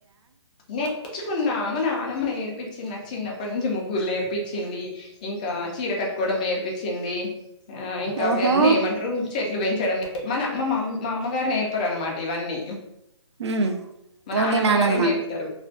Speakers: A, on the left (about 15°); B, on the right (about 65°).
A: నేర్చుకున్నా నానమ్మ నేర్పించి నాకు చిన్నప్పటి నుంచి ముగ్గులు నేర్పి ఇచ్చింది ఇంకా చీర కట్టుకోవడం నేర్పించింది ఆ ఇంకా
B: ఓహో
A: అవన్నీ ఏమంటారు చెట్లు పెంచడం మన మా మా అమ్మగారు నేర్పరు అన్నమాట ఇవన్నీ
B: ఉమ్
A: మన
B: ఓన్లీ
A: నానమ్మగారే
B: నానమ్మ
A: నేర్పుతరు